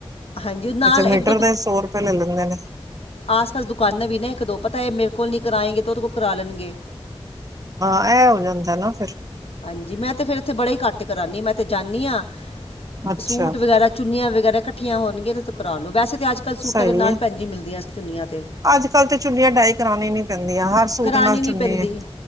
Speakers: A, on the left (about 80°); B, on the right (about 35°).
A: ਹਾਂਜੀ ਨਾਲ
B: ਏਥੇ
A: ਇੱਕ
B: ਮੀਟਰ ਦੇ ਸੌ ਰਪੇ ਲੈ ਲੈਂਦੇ ਨੇ।
A: ਆਸ ਪਾਸ ਦੁਕਾਨਾਂ ਵੀ ਨਾ ਇੱਕ ਦੋ ਪਤਾ ਏ ਮੇਰੇ ਕੋਲ ਨੀ ਕਰਾਏਂਗੇ ਤੇ ਓਦੇ ਕੋਲ ਕਰਾ ਲੈਨਗੇ।
B: ਹਾਂ ਐ ਹੋ ਜਾਂਦਾ ਨਾ ਫੇਰ।
A: ਹਾਂਜੀ ਮੈਂ ਤੇ ਫੇਰ ਏਥੇ ਬੜਾ ਈ ਘੱਟ ਕਰਾਂਨੀ ਆ। ਮੈਂ ਤੇ ਜਾਂਨੀ ਆਂ
B: ਅੱਛਾ
A: ਸੂਟ ਵਗੈਰਾ ਚੁੰਨੀਆਂ ਵਗੈਰਾ ਕੱਠੀਆਂ ਹੋਣਗੀਆਂ ਤੇ ਓਦੇ ਤੋ ਕਰਾ ਲਓ। ਵੈਸੇ ਤੇ ਅੱਜ ਕੱਲ ਸੂਟਾਂ
B: ਸਹੀ
A: ਨਾਲ
B: ਹੈ
A: ਭੈਣ ਜੀ ਮਿਲਦੀਆਂ ਚੁੰਨੀਆਂ ਤੇ।
B: ਅੱਜ ਕੱਲ ਤੇ ਚੁੰਨੀਆਂ ਡਾਈ ਕਰਾਣੀ ਈ ਨੀ ਪੈਂਦੀਆਂ ਅਜ ਸੂਟਾਂ
A: ਕਰਾਣੀ
B: ਨਾਲ
A: ਨਹੀਂ
B: ਚੁੰਨੀ
A: ਪੈਂਦੀ
B: ਏ।